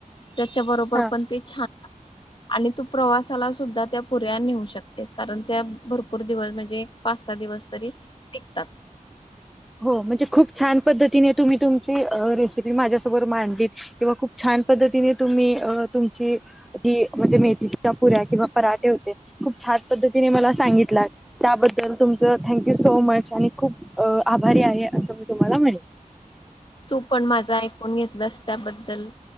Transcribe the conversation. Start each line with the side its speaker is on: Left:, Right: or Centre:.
Left: त्याच्या बरोबर
Centre: हा
Left: पण ते छान आणि तू प्रवासाला सुद्धा त्या पुऱ्या नेऊ शकतेस कारण त्या भरपूर भपूर दिवस म्हणजे एक पाच सहा दिवस तरी टिकतात
Centre: हो म्हणजे खूप छान पद्धतीने तुम्ही तुमची रेसिपी माझ्यासमोर मांडली किंवा खूप छान पद्धतीने तुम्ही अ तुमची ती म्हणजे मेथीची पुूऱ्या किंवा पराठे होते खूप छान पद्धती तिने मला सांगितला त्याबद्दल तुमच थँक्यू सो मच आणि खूप आभारी आहे असं मी तुम्हाला म्हणेन
Left: तू पण माझं ऐकून घेतलास त्याबद्दल